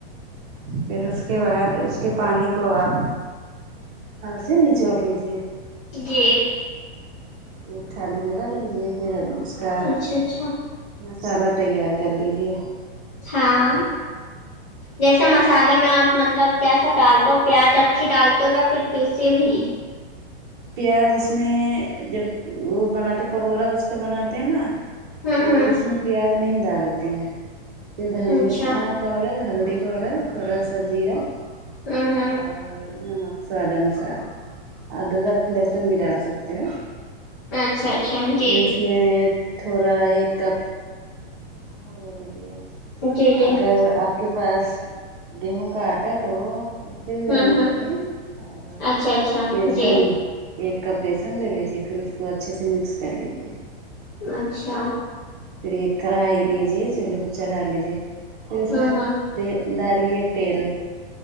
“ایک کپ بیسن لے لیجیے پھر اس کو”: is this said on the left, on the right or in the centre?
Right